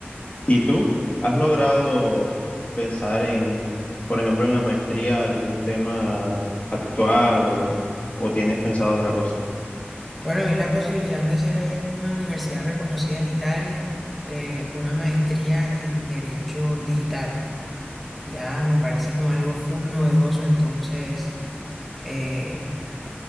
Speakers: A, on the left (about 35°); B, in the centre.
A: ¿Y tú has logrado pensar en, por ejemplo, en la maestría algún tema actual o, o tienes pensado otra cosa?
B: Bueno, vi la posibilidad de hacer allá en una universidad reconocida en Italia eh, una maestría en Derecho Digital. Ya me parece como algo full novedoso, entonces, eh,